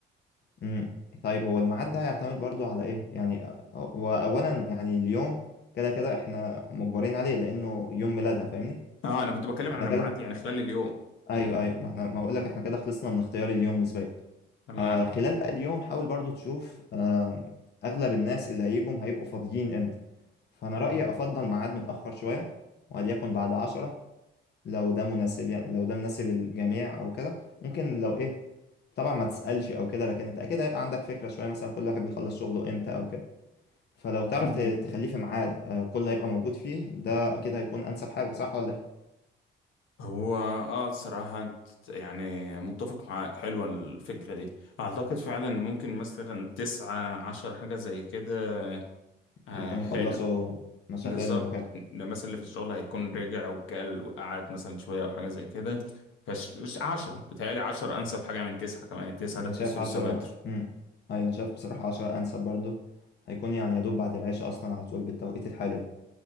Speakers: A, on the left; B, on the left.
A: امم طيب هو الميعاد ده هيعتمد برضو على ايه يعني هو اولا يعني اليوم كده كده احنا مجبرين عليه لانه يوم ميلادها فاهمني
B: اه انا كنت بتكلم على
A: احنا كده
B: ميعاد يعني خلال اليوم
A: ايوه
B: امم
A: ايوه ما احنا ما بقول لك احنا كده خلصنا من اختيار اليوم نسبيا
B: تمام
A: آه خلال بقى اليوم حاول برضو تشوف آه اغلب الناس اللي هيجوا هيبقوا فاضيين امتى فانا رايي افضل ميعاد متاخر شويه وليكن بعد 10 لو ده مناسب يعني لو ده مناسب الجميع او كده ممكن لو ايه طبعا ما تسألش او كده لكن انت اكيد هيبقى عندك فكرة شوية مثلا كل واحد بيخلص شغله امتى او كده فلو تعرف
B: أمم.
A: ت- تخليه في ميعاد آه، كله هيبقى موجود فيه ده اكيد هيكون انسب حاجة صح ولا ايه
B: هو اه الصراحة انت- يعني متفق معاك حلوة الفكرة دي اعتقد فعلا ان ممكن مثلا تسعة عشر حاجة زي كده آه
A: هيكونوا
B: حلو
A: خلصوا مشاغلهم
B: بالظبط
A: وكده
B: ده مثلا اللي في الشغل هيكون رجع وكل وقعد مثلا شوية او حاجة زي كده فش مش عشرة بتهيألي عشرة انسب حاجة من تسعة كمان التسعة
A: انا
B: ده تحسه
A: شايف عشرة
B: لسه بدر
A: امم ايوه انا شايف بصراحة عشرة انسب برضو هيكون يعني يا دوب بعد العشاء اصلا على طول بالتوقيت الحالي يعني.